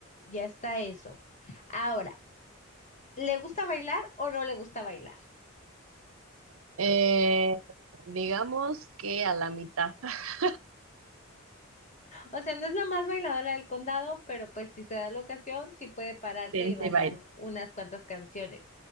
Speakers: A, on the left; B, on the right.
A: ya está eso. Ahora, ¿le gusta bailar o no le gusta bailar?
B: eh, digamos que a la mitad <laughs>
A: O sea, no es la más bailadora del condado, pero pues si se da la ocasión, sí puede pararse
B: de
A: y
B: este
A: bailar
B: baile.
A: u- unas cuantas canciones.